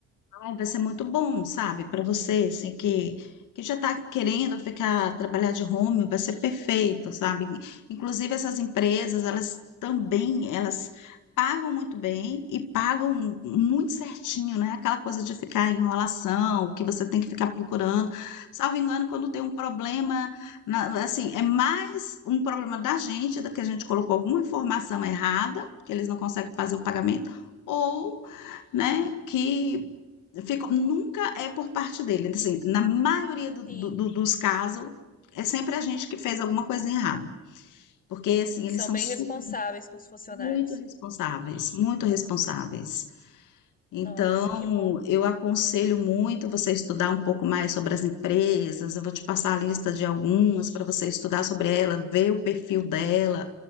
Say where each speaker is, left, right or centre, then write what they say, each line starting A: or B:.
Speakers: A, on the left; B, on the left.
A: Ai, vai ser muito bom, sabe, para você, assim, que, que já está querendo ficar, trabalhar de home, vai ser perfeito, sabe? Inclusive, essas empresas, elas também, elas pagam muito bem e pagam muito certinho, né? Aquela coisa de ficar em enrolação, que você tem que ficar procurando. Salvo engano, quando tem um problema, na- assim, é mais um problema da gente, da que a gente colocou alguma informação errada, que eles não conseguem fazer o pagamento, ou né, que ficou, nunca é por parte dele. Então, Assim, na maioria do-
B: Sim,
A: do- do- dos casos, é sempre a gente que fez alguma coisa errada. Porque, assim,
B: eles
A: eles
B: são
A: são
B: bem
A: super,
B: responsáveis com os funcionários.
A: muito responsáveis, muito responsáveis. Então,
B: Nossa, que bom.
A: eu aconselho muito você estudar um pouco mais sobre as empresas. Eu vou te passar a lista de algumas para você estudar sobre ela, ver o perfil dela,